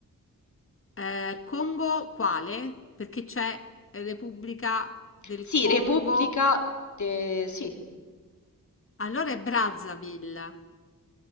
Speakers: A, on the left (about 40°); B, on the left (about 55°).
A: Eh, Congo quale? Perché c'è Repubblica del
B: Sì,
A: Congo.
B: Repubblica de- sì,
A: Allora è Brazzaville,